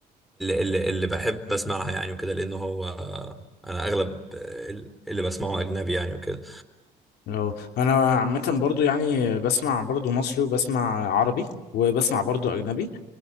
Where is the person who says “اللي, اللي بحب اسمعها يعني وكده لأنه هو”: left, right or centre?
Centre